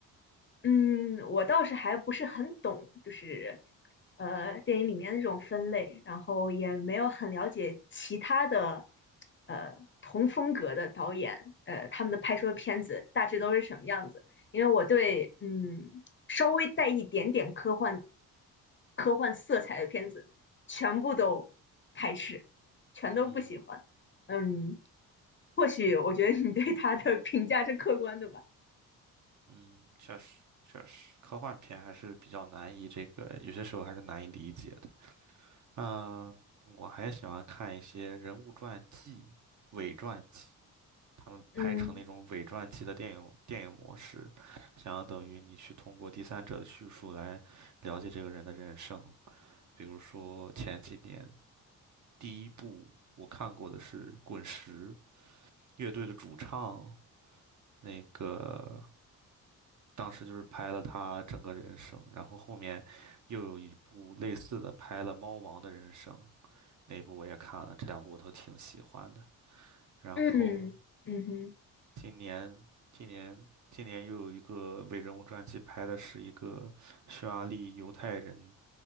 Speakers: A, on the left (about 30°); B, on the right (about 50°).
A: 嗯，我倒是还不是很懂，就是呃电影里面那种分类，然后也没有很了解其他的呃同风格的导演，呃他们的拍出的片子大致都是什么样子。因为我对嗯稍微带一点点科幻科幻色彩的片子全部都排斥，全都不喜欢。
B: 嗯哼，
A: 嗯，或许我觉得你对他的评价是客观的吧。
B: 嗯，确实确实，科幻片还是比较难以这个，有些时候还是难以理解的。嗯、我还喜欢看一些人物传记、伪传记，他们拍成那种伪传记的电影电影模式，
A: 嗯。
B: 相等于你去通过第三者的叙述来了解这个人的人生。比如说前几年。第一部我看过的是滚石乐队的主唱，那个当时就是拍了他整个人生，然后后面又有一部类似的拍了猫王的人生，那部我也看了，这两部我都挺喜欢的。然后
A: 嗯嗯哼，
B: 今年今年今年又有一个伟人物传记，拍的是一个匈牙利犹太人